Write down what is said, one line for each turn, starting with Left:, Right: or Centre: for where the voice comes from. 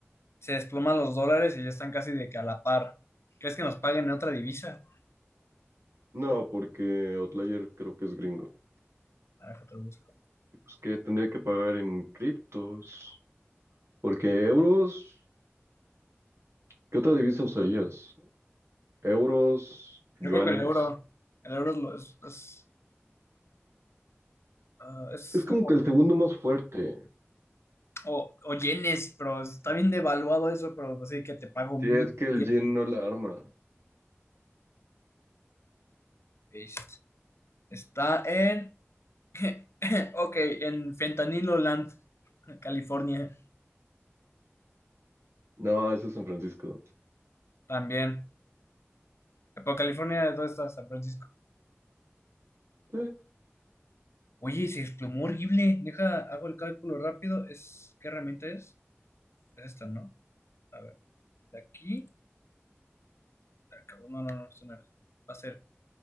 Left: se desploman los dólares y ya están casi de que a la par. ¿Crees que nos paguen en otra divisa?
Right: No, porque Outlier creo que es gringo.
Left: A ver, te lo busco.
Right: Pues que tendría que pagar en criptos, porque euros, ¿qué otra divisa usarías? Euros,
Left: Yo
Right: yuanes.
Left: creo que el euro, el euro es, lo- es, es, ah, es
Right: Es como
Left: como,
Right: que el segundo más fuerte.
Left: o, o yenes, pero está bien devaluado eso, pero así que te pago
Right: Si
Left: mil
Right: es que el
Left: yenes.
Right: yen no la arma.
Left: Paste. Está en, <laughs> ok, en Fentanilo Land, California,
Right: No, eso es San Francisco.
Left: también. Pero California, ¿dónde está? San Francisco.
Right: Eh,
Left: Oye, se desplomó horrible. Deja, hago el cálculo rápido. Es, ¿qué herramienta es? Es esta, ¿no? A ver, de aquí. Ah, cabrón, No, no, no, esto no era. Va a ser.